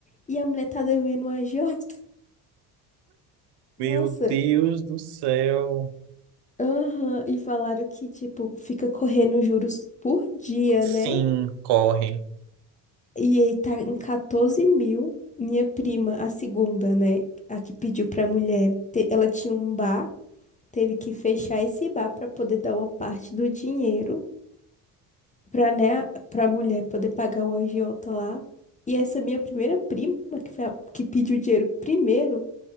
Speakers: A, on the left (about 15°); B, on the right (about 55°).
A: e a mulher tá devendo a agiota.
B: meu
A: Nossa,
B: Deus do céu.
A: aham, E falaram que tipo fica correndo juros por dia,
B: Sim,
A: né?
B: corre.
A: E ele tá em 14 mil. Minha prima, a segunda, né? A que pediu pra mulher. te- Ela tinha um bar, teve que fechar esse bar pra poder dar uma parte do dinheiro pra, né, pra mulher poder pagar o agiota lá. E essa minha primeira prima, que foi a que pediu o dinheiro primeiro,